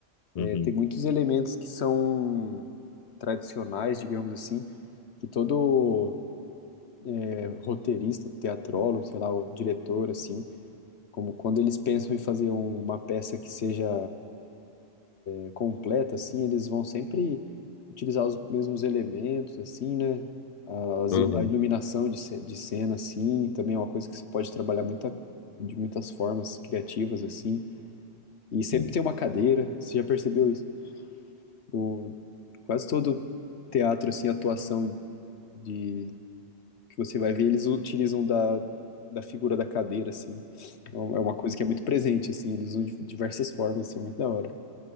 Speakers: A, on the left; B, on the left.
A: É,
B: Uhum,
A: tem muitos elementos que são tradicionais, digamos assim, que todo é, roteirista, teatrólogo, sei lá, o diretor, assim, como quando eles pensam em fazer um- uma peça que seja é, completa, assim, eles vão sempre utilizar os mesmos elementos, assim, né? As
B: uhum,
A: ilu- a iluminação de, ce- de cena, assim, também é uma coisa que se pode trabalhar muita, de muitas formas criativas, assim. E sempre
B: sim.
A: tem uma cadeira, você já percebeu isso? O, quase todo teatro, assim, atuação de que você vai ver, eles utilizam da, da figura da cadeira, assim. É uma é uma coisa que é muito presente, assim, eles usam de diversas formas, assim, é muito da hora.